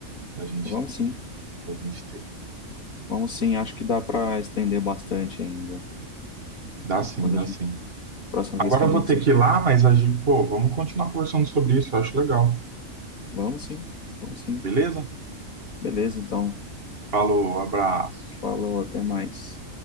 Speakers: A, on the right; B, on the left.
A: da gente,
B: Vamos sim,
A: da gente ter.
B: vamos sim. Acho que dá para estender bastante ainda.
A: Dá sim,
B: Quando
A: dá
B: a gente,
A: sim.
B: próxima
A: Agora
B: vez que
A: eu
B: a gente
A: vou ter
B: se.
A: que ir lá, mas a gente, pô, vamos continuar conversando sobre isso. Eu acho legal.
B: Vamos sim, vamos sim.
A: Beleza?
B: Beleza, então.
A: Falou, abraço.
B: Falou, até mais.